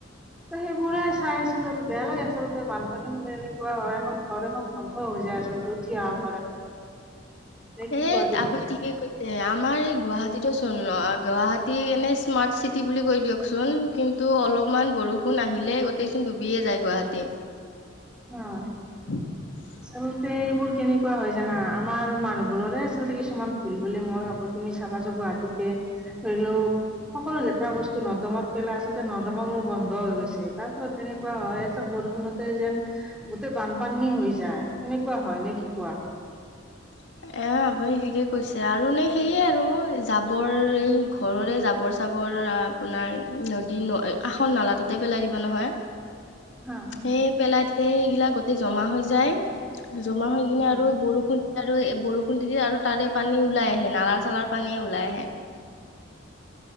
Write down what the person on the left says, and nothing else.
এ
আপুনি ঠিকেই কৈছে। আমাৰ এই গুৱাহাটী চোন গুৱাহাটী এনে স্মাৰ্ট চিটি বুলি কৈ দিয়ক চোন। কিন্তু অলপমান বৰষুণ আহিলে গোটেই চোন ডুবিয়ে যায় গুৱাহাটী।
<unintelligible>
<inaudible> এ আপুনি ঠিকে কৈছে। আৰু নে সেয়ে আৰু জাবৰ এই ঘৰৰে জাবৰ-চাবৰ আপোনাৰ নদী ন আসৰ নালাটোতে পেলাই দিব নহয়।
সেই পেলাই দিলে সেইগিলা গোটে জমা হৈ যায়। জমা হৈ কিনে
আৰু বৰসু ন আৰু বৰষুণ দিদি আৰু তাৰে পানী ওলাই আহে নালা চালাৰ পানীয়ে ওলাই আহে।